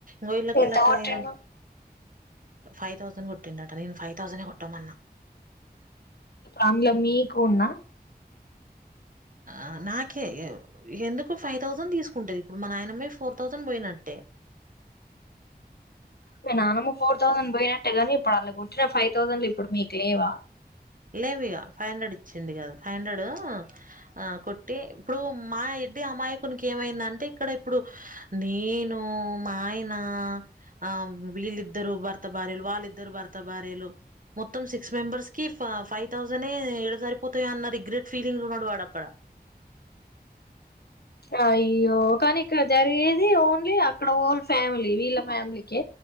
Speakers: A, on the right; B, on the left.
A: గోయలకి
B: ఎంత
A: లాట
B: కొట్టిండు
A: అయిదం. ఫైవ్ థౌసండ్ కొట్టిండట నేను ఫైవ్ థౌసండే కొట్టామన్న.
B: ఆంగ్ల మీకున్న.
A: ఆ నాకే ఎ ఎందుకు ఫైవ్ థౌసండ్ తీసుకుంటది ఇప్పుడు మా నాయనమ్మ ఫోర్ థౌసండ్. పోయినట్టే.
B: మీ నాన్నమ్ ఫోర్ థౌసండ్ పోయినట్టేగాని ఇప్పుడు అళ్ళ కొట్టిన ఫైవ్ థౌసండ్లు ఇప్పుడు మీకు లేవా.
A: లేవ ఇగ ఫైవ్ హండ్రెడ్. వచ్చింది కదా ఫైవ్ హండ్రెడ్ అ కొట్టి ఇప్పుడు మా ఎడ్డి అమాయకునికి ఏమైంద అంటే. ఇక్కడ ఇప్పుడు నేను మా ఆయన ఆ వీళ్ళిద్దరు భర్త. భర్త భార్యలు వాళ్ళిద్దరు భర్త భార్యలు మొత్తం సిక్స్ మెంబర్స్ కి. ఫైవ్ థౌజండడ్ ఎడ సరిపోతాయ అన్న రిగ్రెట్ ఫీలింగ్ లో ఉన్నాడు వాడు అక్కడ.
B: అయ్యో కానీ ఇక్కడ జరిగేది ఓన్లీ అక్కడ ఓల్ ఫ్యామిలీ వీళ్ళ ఫ్యామిలీకి.